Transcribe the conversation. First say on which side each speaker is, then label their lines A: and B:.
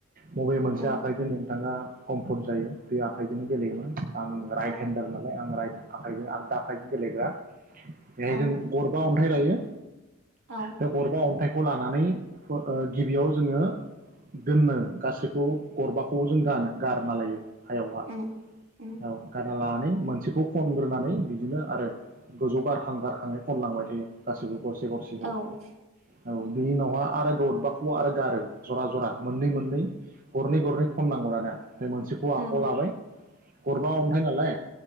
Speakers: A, on the right (about 40°); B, on the right (about 70°).
A: बबे मोनसे
B: उम
A: आखाइजों बिथाङा कम्फर्ट जायो बे आखाइजों गेलेयोमोन आं राइट
B: औ
A: हेन्दार नालाय आं राइट आखायजो आं दा आखाइजो गेलेग्रा बेहाय
B: औ
A: जों गरबा अन्थाइ लायो
B: औ
A: बे गरबा अन्थाइखौ लानानै ओ ओ गि बेयाव जोङो दोननो गासैखौ गरबाखौ जों गानो गारना लायो हायावहा
B: उम उम
A: औ गार लानानै मोनसेखौ खनग्रोनानै बिदिनो आरो गोजौ गारखां गारखाङै खनलांबाय थायो गासिबो गरसे से गरसेयै
B: औ
A: औ
B: उम
A: बिनि उनावहा आरो गरबाखौ आरो गारो जरा जरा मोननै मोननै गरनै गरनै खननांगौ दाना फाय मोनसेखौ
B: उम
A: आखाइयाव लाबाय गरबा अन्थाय नालाय